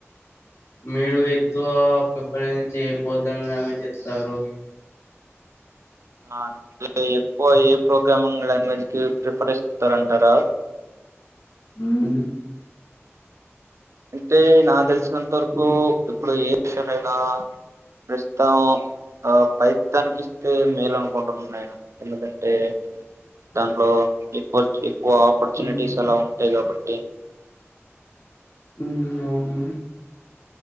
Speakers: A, on the left; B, on the right.
A: మీరు ఎక్కువ ప్రఫరించిపోద్దామని అ చెస్తారు
B: అంటే ఎక్కువ ఏ ప్రోగ్రామింగ్ లాంగ్వేజ్ కి ప్రిఫర్ ఇస్తారంటారా
A: హ
B: అంటే నా తెలిసి నంత వరకు
A: మ్మ్.
B: ఇప్పుడు ఏ ఎవరైనా ప్రస్తుతం ఆ పైది తనికి ఇస్తే మేలు అనుకుంటున్నా నేను ఎందుకంటే దాంట్లో ఎక్కువ ఓ ఆపర్చునిటీస్
A: మ్మ్.
B: అలా ఉంటాయి కాబట్టి టే
A: హ్మ్ అవును